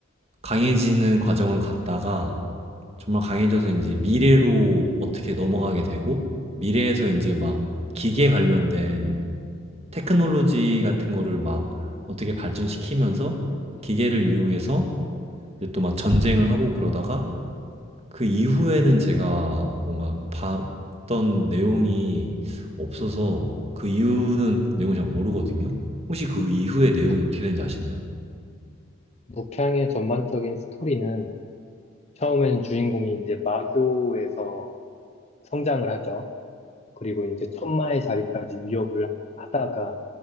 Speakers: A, on the right; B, on the left.
A: 강해지는 과정을 갔다가 정말 강해져서 이제 미래로 어떻게 넘어가게 되고 미래에서 이제 막 기계 관련된 테크놀로지 같은 거를 막 어떻게 발전시키면서 기계를 이용해서 또 막 전쟁을 하고 그러다가 그 이후에는 제가 뭔가 봤던 내용이 없어서 그 이후는 내용을 잘 모르거든요. 혹시 그 이후의 내용이
B: 묵,
A: 어떻게 되는지 아시나요?
B: 묵향의 전반적인 스토리는 처음에는 주인공이 이제 마교에서 성장을 하죠. 그리고 이제 천마의 자리까지 위협을 하다가